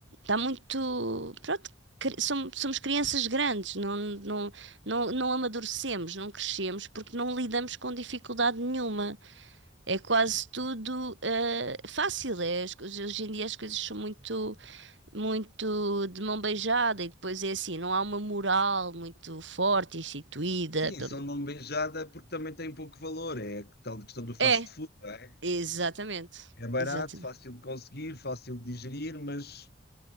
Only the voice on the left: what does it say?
Sim,
são de mão beijada porque também tem pouco valor. É a tal questão do fast
food, não é?
É barato,
fácil de conseguir, fácil de digerir, mas